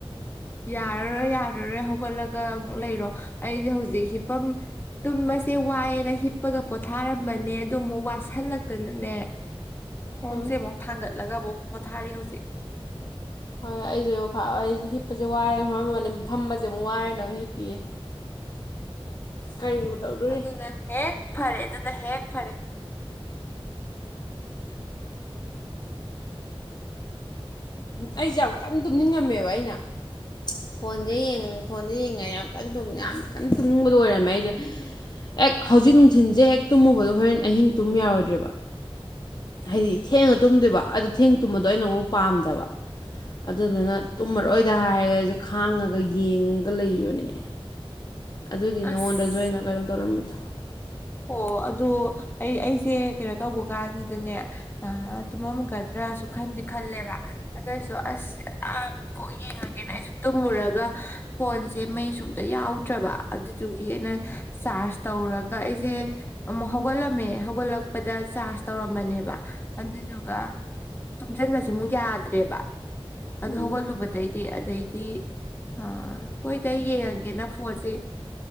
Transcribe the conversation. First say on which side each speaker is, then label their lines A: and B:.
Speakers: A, on the left (about 25°); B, on the left (about 45°).
A: ꯌꯥꯔꯔꯣꯏ ꯌꯥꯔꯔꯣꯏ ꯍꯧꯒꯂꯛ ꯒ ꯑꯃꯨꯛ ꯂꯩꯔꯣ ꯑꯩꯗꯤ ꯍꯧꯖꯤꯛ ꯍꯤꯞꯄꯝ ꯇꯨꯝꯃꯁꯦ ꯋꯥꯏꯑꯅ ꯍꯤꯞꯄꯒ ꯄꯣꯊꯥꯔꯝꯕꯅꯦ ꯑꯗꯨ ꯑꯃꯨꯛ ꯋꯥꯁꯤꯜꯂꯛꯇꯅꯅꯦ ꯍꯣꯡꯁꯦ
B: ꯑꯥ
A: ꯑꯃꯨꯛ ꯊꯥꯡꯒꯠ ꯂꯒ ꯃꯨꯛ ꯄꯣꯊꯥꯔꯤ ꯍꯧꯖꯤꯛ
B: ꯍꯣꯏ ꯑꯩꯁꯨ ꯑꯩꯁꯨ ꯍꯤꯞꯄꯁꯦ ꯋꯥꯔꯦ ꯐꯝꯃꯝꯕꯅꯤ ꯐꯝꯕꯁꯦ ꯑꯃꯨꯛ ꯋꯥꯔꯦꯅ ꯑꯃꯨꯛ ꯍꯤꯞꯄꯤꯌꯦ ꯀꯔꯤꯕꯨ ꯇꯧꯗꯣꯔꯤ
A: ꯑꯗꯨꯅ ꯍꯦꯛ ꯐꯔꯦ ꯑꯗꯨꯅ ꯍꯦꯛ ꯐꯔꯦ
B: ꯑꯩꯁꯦ ꯌꯥꯝ ꯀꯟꯅ ꯇꯨꯝꯅꯤꯡꯉꯝꯃꯦꯕ ꯑꯩꯅ ꯐꯣꯟꯁꯦ ꯐꯣꯟꯁꯦ ꯌꯦꯡꯉꯩꯗ ꯌꯥꯝ ꯀꯟꯅ ꯌꯥꯝ ꯀꯟꯅ ꯇꯨꯝꯅꯤꯡꯕꯗꯣ ꯑꯣꯏꯔꯝꯃꯦ ꯑꯩꯁꯦ ꯍꯦꯛ ꯍꯧꯖꯤꯛ ꯅꯨꯡꯊꯤꯟꯁꯦ ꯍꯦꯛ ꯇꯨꯝꯃꯨꯕꯗꯣ ꯍꯣꯔꯦꯟ ꯑꯍꯤꯡ ꯇꯨꯝ ꯌꯥꯔꯣꯏꯗ꯭ꯔꯦꯕ ꯍꯥꯏꯗꯤ ꯊꯦꯡꯉ ꯇꯨꯝꯗꯣꯏꯕ ꯑꯗꯨ ꯊꯦꯡ ꯇꯨꯝꯕꯗꯣ ꯑꯩꯅ ꯑꯃꯨꯛ ꯄꯥꯝꯗꯕ ꯑꯗꯨꯗꯨꯅ ꯇꯨꯝꯃꯔꯣꯏꯗ ꯍꯥꯏꯔꯒ ꯑꯩꯁꯦ ꯈꯥꯡꯉꯒ ꯌꯦꯡꯉꯒ ꯂꯩꯕꯅꯦ ꯑꯗꯨꯒꯤꯗꯤꯅꯤ
A: ꯑꯁ
B: ꯅꯉꯣꯟꯗꯁꯨ ꯑꯩꯅ ꯀꯩꯅꯣ ꯇꯧꯔꯝꯃꯤꯗꯣ
A: ꯑꯣ ꯑꯗꯨꯣ ꯑꯩ ꯑꯩꯁꯦ ꯀꯩꯅꯣ ꯇꯧꯕ ꯀꯥꯟꯁꯤꯗꯅꯦ ꯑ ꯇꯃꯒꯗ꯭ꯔꯥꯁꯨ ꯈꯟꯗꯤ ꯈꯜꯂꯦꯕ ꯇꯁꯨ ꯑꯁ ꯑ ꯀꯣꯛ ꯌꯦꯡꯉꯒꯦꯅ ꯑꯩꯁꯨ ꯇꯨꯝꯃꯨꯔꯒ ꯐꯣꯟꯁꯦ ꯃꯩ ꯁꯨꯝꯇ ꯌꯥꯎꯗ꯭ꯔꯕ ꯑꯗꯨ ꯑꯗꯨꯒꯤ ꯑꯩꯅ ꯆꯥꯔꯖ ꯇꯧꯔꯒ ꯀ ꯁꯦ ꯑꯃꯨꯛ ꯍꯧꯒꯠꯂꯝꯃꯦ ꯍꯧꯒꯠꯂꯛꯄꯗ ꯆꯥꯔꯖ ꯇꯧꯔꯝꯕꯅꯦꯕ ꯑꯗꯨꯗꯨꯒ ꯇꯨꯝꯁꯤꯟꯕꯁꯦ ꯑꯃꯨꯛ ꯌꯥꯗ꯭ꯔꯦꯕ ꯑꯗꯨꯗ
B: ꯎꯝ
A: ꯍꯒꯜꯨꯕꯠꯇꯥꯏꯗꯤ ꯑꯗꯩꯗꯤ ꯑ ꯍꯣꯏꯗ ꯌꯦꯡꯉꯒꯦꯅ ꯐꯣꯟꯁꯦ